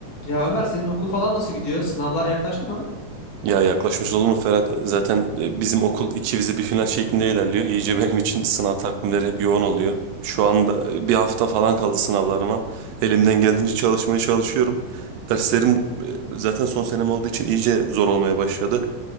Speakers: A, on the left; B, on the right.
A: Ya Ömer senin okul falan nasıl gidiyor? Sınavlar yaklaştı mı?
B: Ya yaklaşmış olur mu Ferhat? Zaten e, bizim okul iki vize bir final şeklinde ilerliyor. İyice benim için sınav takvimleri hep yoğun oluyor. Şu anda e, bir hafta falan kaldı sınavlarıma. Elimden geldiğince çalışmaya çalışıyorum. Derslerim e, zaten son senem olduğu için iyice zor olmaya başladı.